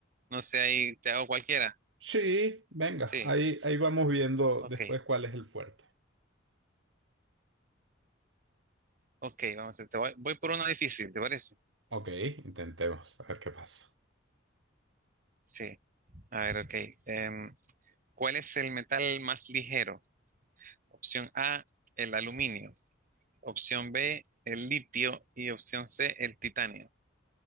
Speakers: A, on the right (about 45°); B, on the right (about 70°).
A: no sé, ahí te hago cualquiera.
B: sí, venga,
A: Sí,
B: ahí, ahí vamos viendo
A: ok.
B: después cuál es el fuerte.
A: Ok, vamos a ver, te voy, voy por una difícil, ¿te parece?
B: Ok, intentemos, a ver qué pasa.
A: Sí, a ver, ok. Em, ¿cuál es el metal más ligero? Opción A, el aluminio. Opción B, el litio. Y opción C, el titanio.